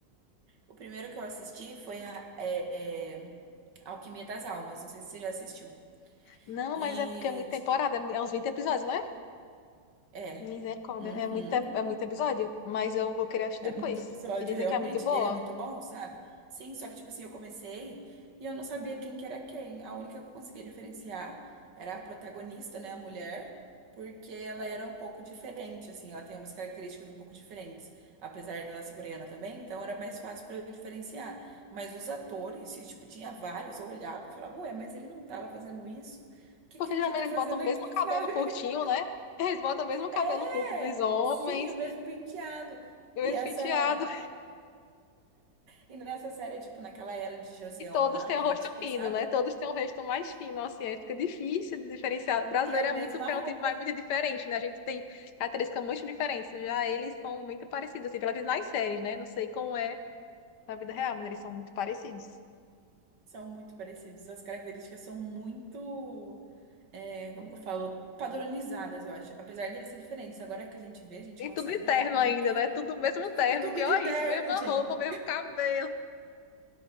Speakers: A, on the right; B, on the left.
A: o primeiro que eu assisti foi a- é, é, Alquimia das Almas. Não sei se você já assistiu.
B: Não,
A: E.
B: mas é porque é muita temporada, é é uns 20 episódios, não é?
A: É.
B: Misericórdia,
A: uhum.
B: é muito, é muito episódio. Mas eu vou querer assistir
A: É
B: depois,
A: muito episódio,
B: que dizem
A: realmente.
B: que é muito boa.
A: Ele é muito bom, sabe? Sim, só que, tipo assim, eu comecei e eu não sabia quem que era quem. A única que eu conseguia diferenciar era a protagonista, né, a mulher, porque ela era um pouco diferente, assim, ela tem umas características um pouco diferentes, apesar dela ser coreana também, então era mais fácil pra eu diferenciar. Mas os atores, e, tipo, tinha vários, eu olhava e falava, ué, mas ele não tava fazendo isso? O que
B: Porque
A: que ele
B: geralmente
A: já tá
B: eles
A: fazendo
B: botam o
A: aqui,
B: mesmo cabelo
A: <laughs> sabe?
B: curtinho, né? Eles botam o mesmo cabelo
A: É!
B: curto dos homens,
A: Sim, o mesmo penteado.
B: o
A: E
B: mesmo
A: essa.
B: penteado.
A: E nessa série, é tipo, naquela era de Joseon
B: E todos
A: lá,
B: têm
A: bem
B: o rosto
A: antiga,
B: fino,
A: sabe?
B: né? Todos têm um rosto mais
A: Sim.
B: fino, assim, aí fica difícil de diferenciar. O brasileiro
A: E a
B: é muito
A: mesma
B: fenotipo,
A: roupa.
B: mas muito diferente, né? A gente tem características muito diferentes. Já eles são muito parecidos, assim, pelo menos nas séries, né? Não sei como é na vida real, mas eles são muito parecidos.
A: São muito parecidos. As características são muito, é, como que eu falo? Padronizadas, eu acho. Apesar deles ser diferentes. Agora que a gente vê, a gente
B: E
A: consegue
B: tudo de terno
A: meio
B: ainda,
A: que
B: né? Tudo
A: identificar
B: mesmo terno,
A: tudo
B: pior
A: de
B: é
A: terno,
B: isso, mesma
A: gente.
B: roupa, mesmo cabelo.